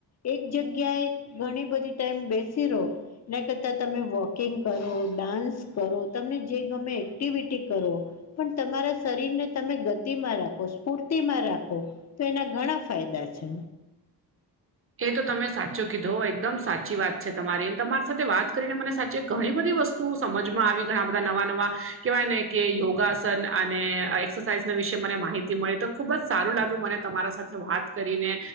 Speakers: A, on the left; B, on the right.
A: એક જગ્યાએ ઘણી બધી ટાઈમ બેસી રહો. એના કરતા તમે વોકિંગ કરો ડાન્સ કરો તમને જે ગમે એક્ટિવિટી કરો. પણ તમારા શરીરને તમે ગતિમાં રાખો સ્ફૂર્તિમાં રાખો. તો એના ઘણા ફાયદા છે.
B: એ તો તમે સાચો કીધો એકદમ સાચી વાત છે તમારી તમારી સાથે વાત કરીને મને સાચ ચે ઘણી બધી વસ્તુ સમજમાં આવી ઘણા બધા નવા નવા કેહેવાય ને કે યોગાસન અને એક્સરસાઇઝના વિશે મને માહિતી મળી તો ખૂબ જ સારું લાગ્યું મને તમારા સાથે વાત કરીને